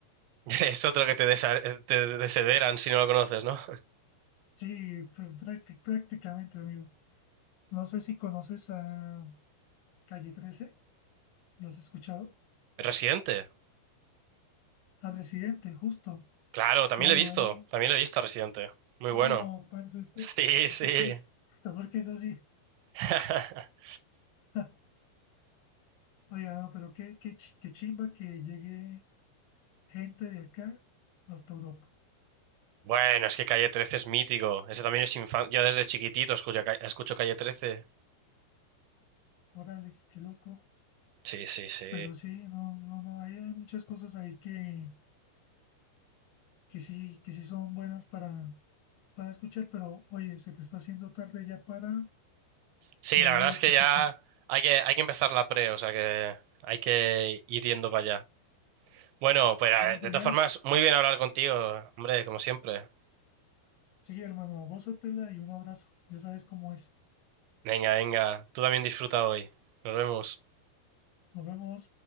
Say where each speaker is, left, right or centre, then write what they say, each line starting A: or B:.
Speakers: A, on the right (about 80°); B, on the left (about 75°).
A: <laughs> Es otro que te, desa- te desederan si no lo conoces, ¿no?
B: Sí, pues, prácti- prácticamente, amigo. No sé si conoces a Calle 13, ¿lo has escuchado?
A: Residente.
B: al presidente, justo.
A: Claro, también
B: Bueno,
A: lo he visto.
B: él,
A: También lo he visto a Residente. Muy
B: no,
A: bueno.
B: parce, usted,
A: Sí,
B: ¿esto
A: sí.
B: por qué? ¿Esto por qué es así?
A: <laughs>
B: <laughs> Oiga, no, pero qué, qué, ch- qué chimba que llegue gente de acá hasta Europa.
A: Bueno, es que Calle 13 es mítico. Ese también es infancia. Yo desde chiquitito escucho, ca- escucho Calle 13.
B: Órale, qué loco.
A: Sí, sí, sí.
B: Pero sí, no, no, no, hay, hay muchas cosas ahí que, que sí, que sí son buenas para, para escuchar, pero oye, se te está haciendo tarde ya para
A: Sí,
B: la
A: la
B: vieja
A: verdad
B: discoteca.
A: es que ya hay que, hay que empezar la pre, o sea que hay que ir yendo para allá. Bueno, pues eh,
B: Bueno, pues
A: de todas
B: ya,
A: formas, muy bien hablar contigo, hombre, como siempre.
B: sí, hermano, gózatela y un abrazo. Ya sabes cómo es.
A: Venga, venga, tú también disfruta hoy. Nos vemos.
B: Nos vemos.